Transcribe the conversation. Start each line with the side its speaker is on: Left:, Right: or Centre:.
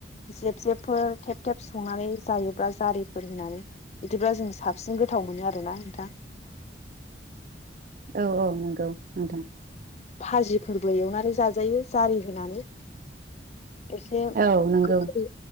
Left: जेब जेबफोर थेब थेब संनानै जायोब्ला जारिफोर होनानै बिदिब्ला जों साबसिन गोथाव मोनो आरोना नोंथां
Right: औ औ नंगौ नोंथां
Left: फाजिफोरबो एवनानै जाजायो जारि होनानै। ऐसे
Right: औ नंगौ
Left: गोखै